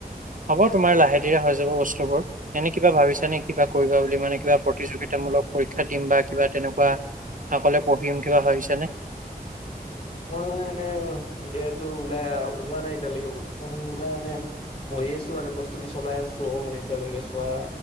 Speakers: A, on the right; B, on the left.
A: হ'ব তোমাৰ লাহে ধীৰে হৈ যাব বস্তুবোৰ। এনে কিবা ভাবিছানে কিবা কৰিবা বুলি মানে কিবা প্ৰতিযোগিত তামূলক পৰীক্ষা দিম বা কিবা তেনেকুৱা আগলে পঢ়িম কিবা ভাবিছানে?
B: মই মানে এনে অ' এতিয়াটো ওলাই ওলোৱাঁ নাই এতিয়ালৈকে <unintelligible> পঢ়ি আছোঁ মানে প্ৰস্তুতি চলাই আছোঁ মানে এতিয়ালৈকে চোৱা